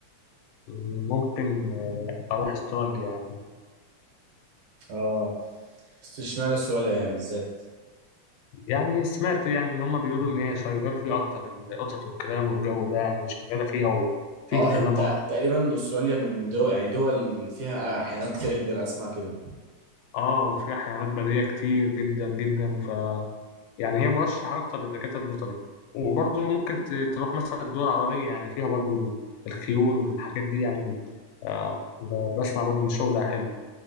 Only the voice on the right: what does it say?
اه بس اشمعنى استراليا يعني بالذات؟
اه
عشان انت
تقريبا استراليا من دول يعني دول فيها حيوانات كتيرة جدا اسمع كده